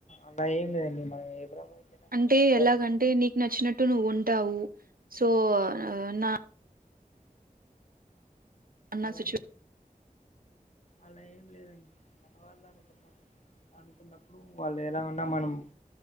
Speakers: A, on the left; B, on the right.
A: అలా ఏం లేదండి మనం ఏ బ్ర్రాహ్మణకైనా
B: అంటే
A: మన వాల్
B: ఎలాగంటే
A: అని మనం
B: నీకు నచ్చినట్టు నువ్వు ఉంటావు సో నా నా
A: అలై
B: సిట్యు
A: అలా ఏం లేదండి మనవాళ్ళు అనుకున్నాను అనుకున్నా ఉన్నప్పుడు వాళ్ళు ఎలా ఉన్నా మనం